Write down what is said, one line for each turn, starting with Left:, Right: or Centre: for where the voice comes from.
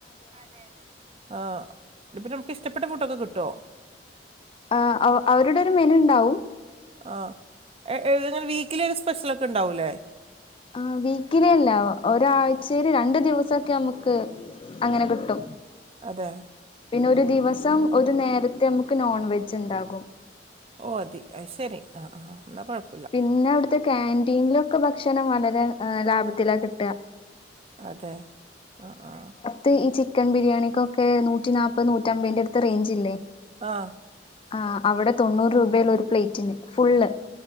Right: അതെ ആ ഇപ്പ നമുക്ക് ഇഷ്ട്ടപ്പെട്ട ഫുഡൊക്കെ കിട്ടോ
Left: ആ അവ് അവരുടെ ഒരു മെനുണ്ടാവും
Right: ആ എ എങ്ങനെ വീക്കിലി ഒരു സ്പെഷ്യലൊക്കെ ണ്ടാവൂല്ലേ
Left: ആ വീക്കിലില്ല ഒരാഴ്ചയിൽ രണ്ടു ദിവസൊക്കെ നമുക്ക് അങ്ങനെ കിട്ടും
Right: അതെ
Left: പിന്നെ ഒരു ദിവസം ഒരു നേരത്തെ നമുക്ക് നോൺ വെജ് ണ്ടാകും
Right: ഓതി അത് ശരി ആ ആ ന്നാ കൊഴ്പ്
Left: പിന്നെ അവ്ട്ത്തെ കാന്റീൻലൊക്കെ ഭക്ഷണം വളരെ ലാഭത്തിലാ കിട്ട <inaudible>
Right: അതെ ആ ആ
Left: ത് ഈ ചിക്കൻ ബിരിയാണിക്കൊക്കെ നൂറ്റി നാല്പ്പത് നൂറ്റമ്പീന്റട്ത്ത് റെയ്ഞ്ച്ല്ലേ
Right: ആഹ്
Left: ആ അവിടെ തൊണ്ണൂറ് രൂപയെള്ളൂ ഒരു പ്ലേറ്റിന് ഫുള്ള്